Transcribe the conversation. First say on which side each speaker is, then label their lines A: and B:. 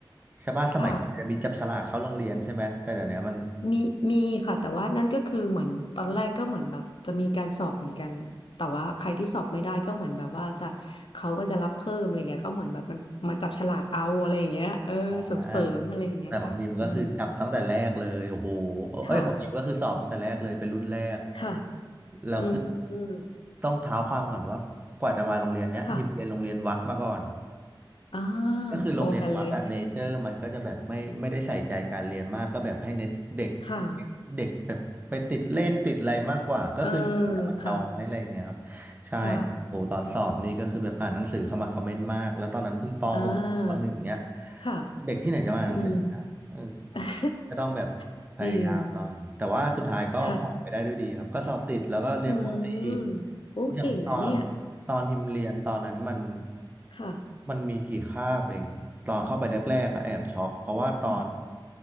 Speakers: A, on the right; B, on the left.
A: ใช่ป่ะสมัยก่อนมันจะมีจับฉลากเข้าโรงเรียนใช่ไหมแต่เดี๋ยวนี้มัน
B: ค่ะ มีมีค่ะ แต่ว่านั่นก็คือเหมือนตอนแรกก็เหมือนแบบจะมีการสอบเหมือนกัน แต่ว่าใครที่สอบไม่ได้ก็เหมือนแบบว่าจะเขาก็จะรับเพิ่มอะไรเงี้ยก็เหมือนแบบมันมาจับฉลากเอาอะไรอย่างเงี้ยเออเสริมเสริมอะไรอย่างเงี้ยค่ะอืม
A: อ่า แต่ของทีมก็คือจับตั้งแต่แรกเลยโอ้โห
B: ค่ะ
A: เอ้ยของทีมก็คือสอบตั้งแต่แรกเลยเป็นรุ่นแรก
B: ค่ะ
A: แล้วคือ
B: อืม
A: ต้องเท้าความก่อนว่ากว่าจะมาโรงเรียนเนี้ยทีมเรียนโรงเรียนวัดมาก่อน
B: ค่ะอ่า
A: ก็คือโรงเรียนวัดอะเนเจอร์มันก็จะแบบไม่ไม่ได้ใส่ใจการเรียนมากก็แบบให้เน้นเด็ก
B: พอกันเลยค่ะ
A: เด็กแบบไปติดเล่นติดอะไรมากกว่าก็คือแต่มันน้อยอะไรอย่างเงี้ยครับ
B: เออค่ะ
A: ใช่
B: ค่ะ
A: โอ้ตอนสอบนี่ก็คือแบบอ่านหนังสือเข้ามาคอมเมนต์มากแล้วตอนนั้นเพิ่งปหกปหนึ่งเนี้ย
B: อ่าค่ะ
A: เด็กที่ไหนจะมาอ่านหนังสือนะเออ
B: อืม <laughs>
A: ก็ต้องแบบพยายามหน่อย
B: จริง
A: แต่ว่าสุดท้ายก็ผ่านไปได้ด้วยดีครับก็สอบติดแล้วก็เรียนปกติ
B: ค่ะอืมโอ้เก่งนะเนี่ย
A: อย่างตอนตอนทิมเรียนตอนนั้นมัน
B: ค่ะ
A: มันมีกี่คาบเองตอนเข้าไปแรกๆอะแอบช็อกเพราะว่าตอน
B: ค่ะ